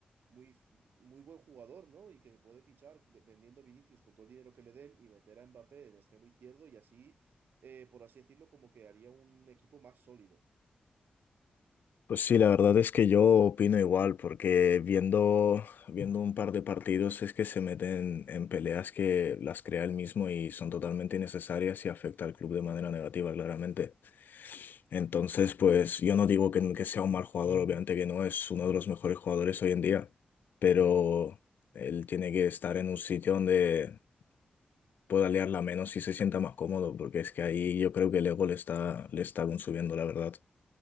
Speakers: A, on the right; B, on the left.
A: muy, muy buen jugador, ¿no? Y que se puede fichar de- vendiendo a Vinicius con todo el dinero que le den y meter a Mbappé en extremo izquierdo y así, eh, por así decirlo, como que haría un equipo más sólido.
B: Pues sí, la verdad es que yo opino igual, porque viendo, viendo un par de partidos es que se meten en peleas que las crea él mismo y son totalmente innecesarias y afecta al club de manera negativa, claramente. Entonces, pues yo no digo que, que sea un mal jugador, obviamente que no, es uno de los mejores jugadores hoy en día, pero él tiene que estar en un sitio donde pueda liarla menos y se sienta más cómodo, porque es que ahí yo creo que el ego le está, le está consumiendo, la verdad.